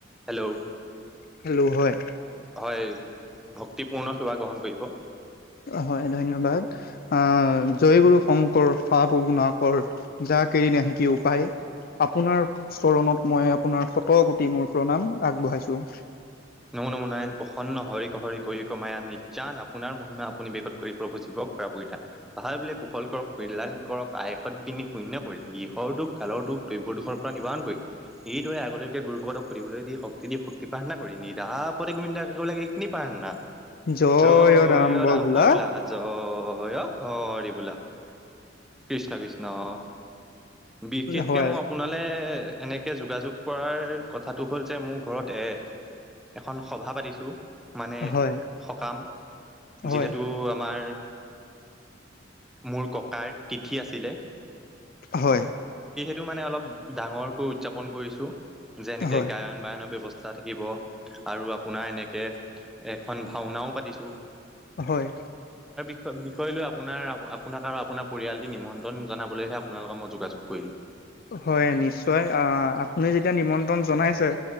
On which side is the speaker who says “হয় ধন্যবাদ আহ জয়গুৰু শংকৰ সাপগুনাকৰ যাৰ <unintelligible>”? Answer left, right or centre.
Left